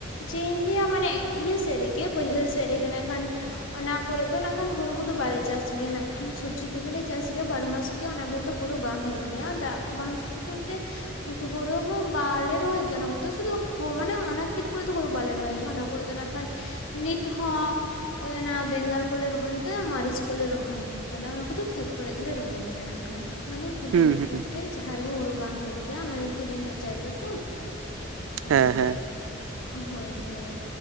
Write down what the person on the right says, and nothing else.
ᱦᱩᱸ
ᱦᱩᱸ
ᱦᱮᱸ
ᱦᱮᱸ